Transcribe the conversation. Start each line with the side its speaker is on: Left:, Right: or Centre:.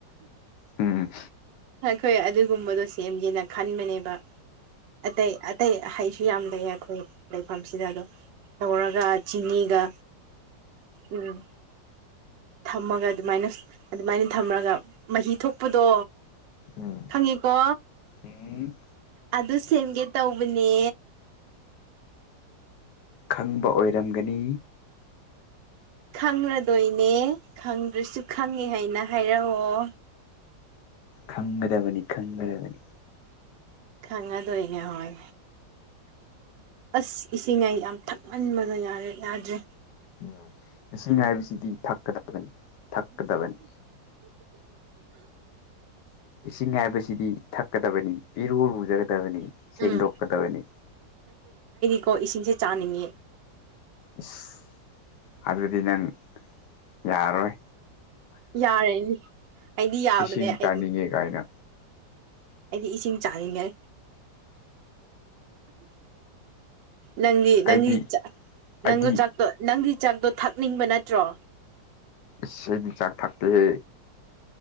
Left: ꯎꯝ
Right: ꯑꯩꯈꯣꯏ ꯑꯗꯨꯒꯨꯝꯕꯗꯣ ꯁꯦꯝꯖꯦꯅ ꯈꯟꯕꯅꯦꯕ ꯑꯇꯩ ꯑꯇꯩ ꯍꯩꯁꯨ ꯌꯥꯝ ꯂꯩꯌꯦ ꯑꯩꯈꯣꯏ ꯂꯩꯐꯝꯁꯤꯗ ꯗꯨꯝ ꯇꯧꯔꯒ ꯆꯤꯅꯤꯒ ꯎꯝ ꯊꯝꯃꯒ ꯑꯗꯨꯃꯥꯏꯅ ꯑꯗꯨꯃꯥꯏꯅ ꯊꯝꯃꯒ ꯃꯍꯤ ꯊꯣꯛꯄꯗꯣ
Left: ꯎꯝ
Right: ꯈꯪꯉꯤꯀꯣ
Left: ꯎꯝ
Right: ꯑꯗꯨ ꯁꯦꯝꯒꯦ ꯇꯧꯕꯅꯦ
Left: ꯈꯪꯕ ꯑꯣꯏꯔꯝꯒꯅꯤ
Right: ꯈꯪꯔꯗꯣꯏꯅꯦ ꯈꯪꯗ꯭ꯔꯁꯨ ꯈꯪꯉꯦ ꯍꯥꯏꯅ ꯍꯥꯏꯔꯛꯑꯣ
Left: ꯈꯪꯒꯗꯕꯅꯤ ꯈꯪꯒꯗꯕꯅꯤ
Right: ꯈꯥꯉꯥꯗꯣꯏꯅꯦ ꯍꯣꯏ ꯑꯁ ꯏꯁꯤꯡꯉꯥꯏ ꯌꯥꯝ ꯊꯛꯃꯟꯕꯅ ꯌꯥꯔꯦ ꯌꯥꯗ꯭ꯔꯦ
Left: ꯎꯝ ꯏꯁꯤꯡ ꯍꯥꯏꯕꯁꯤꯗꯤ ꯊꯛꯀꯗꯕꯅꯤ ꯊꯛꯀꯗꯕꯅꯤ ꯏꯁꯤꯡ ꯍꯥꯏꯕꯁꯤꯗꯤ ꯊꯛꯀꯗꯕꯅꯤ ꯏꯔꯨ ꯔꯨꯖꯔꯦ ꯇꯕꯅꯤ ꯁꯦꯡꯗꯣꯛꯀꯗꯕꯅꯤ
Right: ꯎꯝ ꯀꯣ ꯏꯁꯤꯡꯁꯦ ꯆꯥꯅꯤꯡꯉꯦ
Left: ꯏꯁ ꯑꯗꯨꯗꯤ ꯅꯪ ꯌꯥꯔꯣꯏ
Right: ꯌꯥꯔꯅꯤ ꯑꯩꯗꯤ ꯌꯥꯕꯅꯦ
Left: ꯏꯁꯤꯡ
Right: ꯑꯩꯗꯤ
Left: ꯆꯥꯅꯤꯡꯉꯦ ꯀꯥꯏꯅ
Right: ꯑꯩꯗꯤ ꯏꯁꯤꯡ ꯆꯥꯅꯤꯡꯉꯦ ꯅꯪꯒꯤ ꯅꯪꯒꯤ
Left: ꯑꯩꯗꯤ
Right: ꯆꯥꯥꯛ
Left: ꯑꯩꯗꯤ
Right: ꯅꯪꯗꯣ ꯆꯥꯛꯇꯣ ꯅꯪꯒꯤ ꯆꯥꯛꯇꯣ ꯊꯛꯅꯤꯡꯕ ꯅꯠꯇ꯭ꯔꯣ
Left: ꯑꯩꯗꯤ ꯆꯥꯛ ꯊꯥꯛꯇ ꯍꯦ